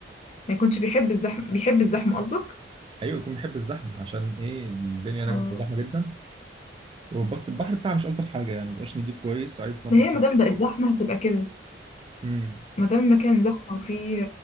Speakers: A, on the left (about 40°); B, on the right (about 30°).
A: ما يكونش بيحب الزحمة بيحب الزحمة قصدك
B: أيوة يكون بيحب الزحمة عشان إيه الدنيا هناك
A: اه
B: بتبقى زحمة جدا بس البحر بتاعها مش الطف حاجه يعني مبقاش نضيف كويس عايز تنضف
A: ما هي مادام
B: كويس
A: بقت زحمة هتبقى كده
B: امم
A: مادام المكان زحمة وفي